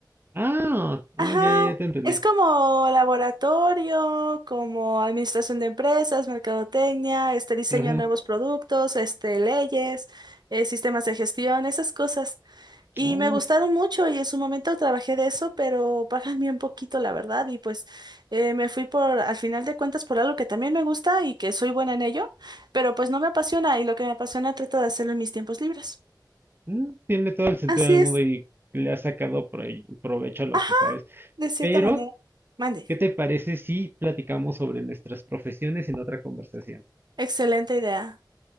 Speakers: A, on the right; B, on the right.
A: Ah,
B: Ajá,
A: oh, ya, ya, ya te entendí.
B: es como laboratorio, como administración de empresas, mercadotecnia, este diseño
A: Ajá,
B: de nuevos productos, este leyes, eh, sistemas de gestión, esas cosas. Y
A: ajá.
B: me gustaron mucho y en su momento trabajé de eso, pero <laughs> pagan bien poquito, la verdad. Y pues eh, me fui por, al final de cuentas, por algo que también me gusta y que soy buena en ello, pero pues no me apasiona y lo que me apasiona trato de hacerlo en mis tiempos libres.
A: Mm, Tiene todo el sentido
B: Así
A: del
B: es.
A: mundo y le ha sacado proy- provecho a lo
B: Ajá,
A: que sabes.
B: de cierta
A: Pero,
B: manera. Mande.
A: ¿qué te parece si platicamos sobre nuestras profesiones en otra conversación?
B: Excelente idea.